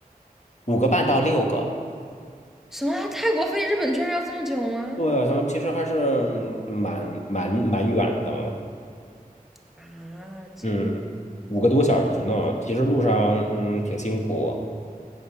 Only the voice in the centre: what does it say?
什么啊泰国飞日本居然要这么久吗？
啊，这，